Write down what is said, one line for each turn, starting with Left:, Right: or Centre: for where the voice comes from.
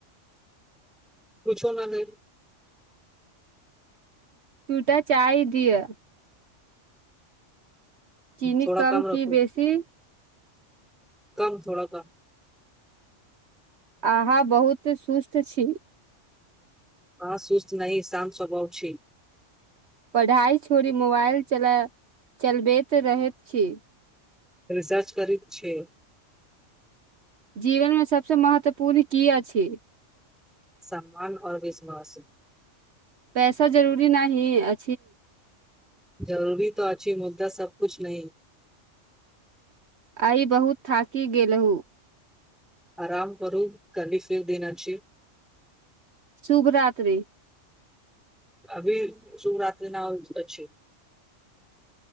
Centre: किुछो नहि नहि
Right: दूटा चाही दिअ। चनी
Centre: थोड़ा
Right: कम
Centre: रखू
Right: की बेसी।
Centre: कम थोड़ा कम।
Right: अहाँ बहुत सुस्त छी।
Centre: हँ सुस्त नह श्त स्वभाव छी।
Right: पढ़ाइ छोड़ि मोबाइल चलबैत रहैत छी।
Centre: रिसर्च कर छै।
Right: जीवनमे सबसे महत्वपूर्ण की अछि।
Centre: सम्मान आऔर विश्वास।
Right: पैसा जरूरी पूरी नहि अ।
Centre: जरूरी तो अच्छी मुद्दा सबबकुछ न
Right: आइ बहुत थाकि गेलहुूँ।
Centre: आरााम करू कली फिर देना छी।
Right: शुभ राति।
Centre: अभी शू रतिि न छै।